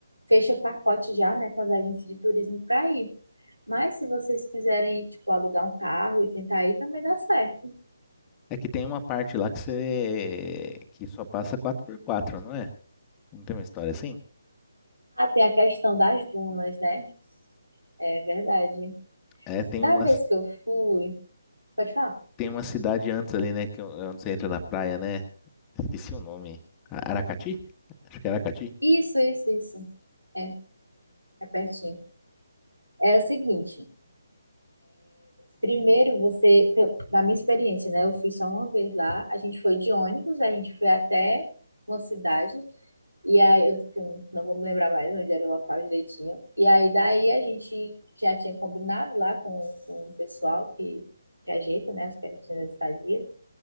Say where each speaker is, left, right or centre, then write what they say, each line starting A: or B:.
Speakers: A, on the right; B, on the left.
A: fecha o pacote já, né, com as agências de turismo para ir. Mas se vocês quiserem, tipo, alugar um carro e tentar ir, também dá certo.
B: É que tem uma parte lá que você que só passa quatro por quatro, não é? Não tem uma história assim?
A: Ah, tem a questão das dunas, né? É verdade.
B: É, tem
A: Da
B: uma,
A: vez que eu fui, pode falar?
B: tem uma cidade antes ali, né? Que, é onde você entra na praia, né? Esqueci o nome. A- Aracati? Acho que é Aracati.
A: Isso, isso, isso. É, é pertinho. É o seguinte, primeiro você, pelo- da minha experiência, né? Eu fui só uma vez lá, a gente foi de ônibus, a gente foi até uma cidade E aí, eu que eu não vou me lembrar mais onde era o local direitinho. E aí, daí a gente já tinha combinado lá com, com o pessoal que, que ajeita, né, as questões das estadias.